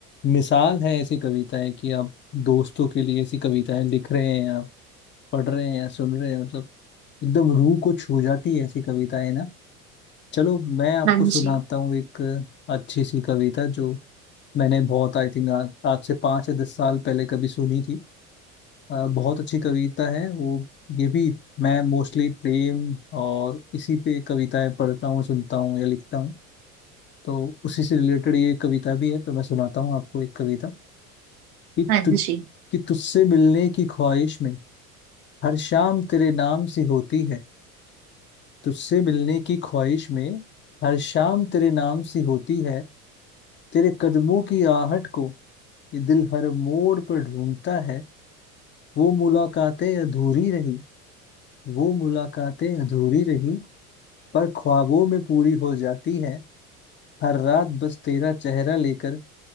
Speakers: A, on the left; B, on the right.
A: मिसाल है ऐसी कविताएं कि आप दोस्तों के लिए ऐसी कविताएं लिख रहे हैं आप पढ़ रहे हैं या सुन रहे हैं मतलब एकदम रूह को छू जाती है ऐसी कविताएं ना चलो मैं आपको
B: हाँ
A: सुनाता
B: जी
A: हूँ एक अच्छी सी कविता जो मैंने बहुत आई थिंक आज आज से पाँच या दस साल पहले कभी सुनी थी अ, बहुत अच्छी कविता है वो ये भी मैं मोस्टली प्रेम और इसी पे कविताएं पढ़ता हूँ सुनता हूँ या लिखता हूँ तो उसी से रिलेटेड ये कविता भी है तो मैं सुनाता हूँ आपको एक कविता कि
B: हाँ जी
A: तु, कि तुझसे मिलने की ख्वाहिश में हर शाम तेरे नाम सी होती है तुझसे मिलने की ख्वाहिश में हर शाम तेरे नाम सी होती है तेरे कदमों की आहट को ये दिल हर मोड़ पर ढूंढता है वो मुलाकातें अधूरी रही वो मुलाकातें अधूरी रही पर ख्वाबों में पूरी हो जाती है हर रात बस तेरा चेहरा लेकर